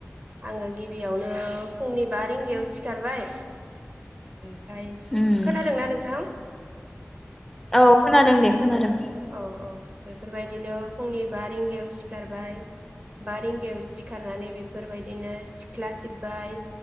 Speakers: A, on the right; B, in the centre.
A: आङो गिबियावनो फुंनि बा रिंगायाव सिखारबाय ओमफाय
B: उम
A: खोनादोंना नोंथां
B: औ खोनादों दे खोनादों
A: औ औ बेफोरबायदिनो फुंनि बा रिंगायाव सिखारबाय बा रिंगायाव सिखारनानै बेफोरबायदिनो सिख्ला सिबबाय